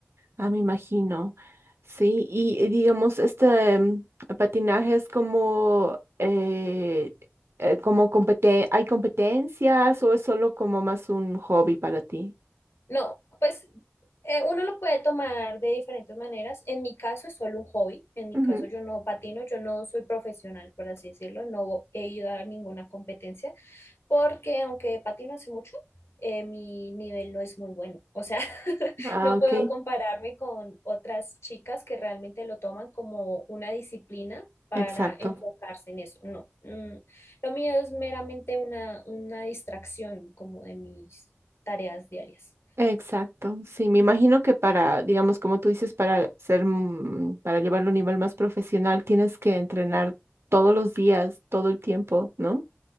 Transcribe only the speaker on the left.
No, pues eh, uno lo puede tomar de diferentes maneras. En mi caso es solo un hobby. En mi
caso yo no patino, yo no soy profesional, por así decirlo. No he ido a ninguna competencia porque aunque patino hace mucho, eh, mi nivel no es muy bueno. O sea, <laughs>
no
puedo compararme con otras chicas que realmente lo toman como una disciplina. para
enfocarse en eso. No, mm, lo mío es meramente una, una distracción como de mis tareas diarias.